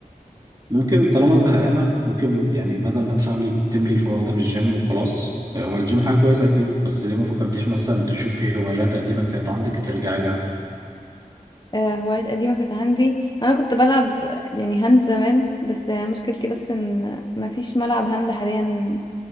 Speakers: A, on the right; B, on the left.
A: ممكن طالما زهقانة ممكن يعني بدل ما تحاولي تملي الفراغ ده بالجيم وخلاص آه، هو الجيم حاجة كويسة أكيد بس ليه ما فكرتيش مثلا تشوفي هوايات قديمة كانت عندك ترجعي لها
B: آه هوايات قديمة كانت عندي انا كنت بلعب يعني هاند زمان بس مشكلتي بس ان مفيش ملعب هاند حاليا